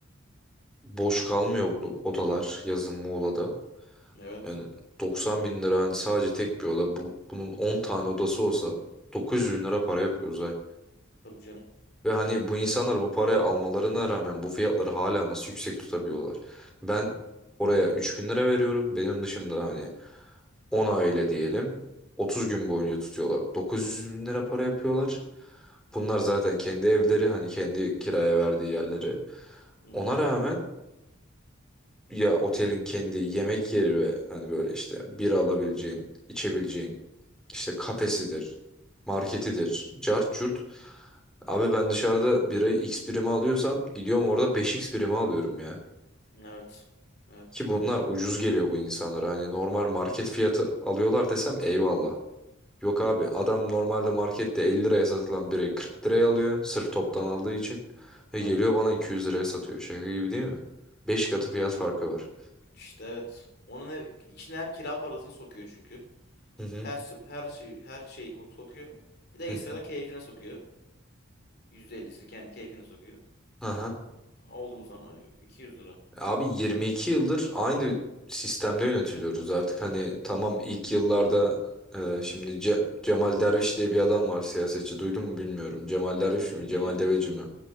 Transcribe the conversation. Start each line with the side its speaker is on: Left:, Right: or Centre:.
Centre: boş kalmıyor bu odalar yazın Muğla'da.
Left: Evet.
Centre: Yani 90 bin lira hani sadece tek bir oda. Bu, bunun 10 tane odası olsa 900 bin lira para yapıyor Uzay.
Left: Tabii canım.
Centre: Ve hani bu insanlar bu parayı almalarına rağmen bu fiyatları hala nasıl yüksek tutabiliyorlar? Ben oraya 3 bin lira veriyorum. Benim dışımda hani 10 aile diyelim 30 gün boyunca tutuyorlar. 900 bin lira para yapıyorlar. Bunlar zaten kendi evleri hani kendi kiraya verdiği yerleri.
Left: Hı
Centre: Ona
Left: hı.
Centre: rağmen ya otelin kendi yemek yeri ve hani böyle işte bira alabileceğin, içebileceğin işte kafesidir, marketidir, cart curt. Abi ben dışarıda birayı X birime alıyorsam gidiyorum orada beş x birime alıyorum ya.
Left: Evet. Evet.
Centre: Ki bunlar ucuz geliyor bu insanlara. Hani normal market fiyatı alıyorlar desem eyvallah. Yok abi adam normalde markette 50 liraya satılan birayı 40 liraya alıyor. Sırf toptan aldığı için. Ve
Left: Aynen.
Centre: geliyor bana 200 liraya satıyor. Şaka gibi değil mi? 5 katı fiyat farkı var.
Left: İşte evet. Onun ev, içine hem kira parasını sokuyor çünkü.
Centre: Hı hı.
Left: Her, s- her şey her şeyi ko- sokuyor. Bir de ekstradan
Centre: Hı hı.
Left: keyfine sokuyor. %50'sini kendi keyfine sokuyor.
Centre: Aha.
Left: Oldu mu sana 200 lira.
Centre: Abi 22 yıldır aynı sistemde yönetiliyoruz artık hani tamam ilk yıllarda e, şimdi Ce- Cemal Derviş diye bir adam var siyasetçi duydun mu bilmiyorum. Cemal Derviş
Left: Hı hı,
Centre: mi Cemal
Left: biliyorum.
Centre: Deveci mi?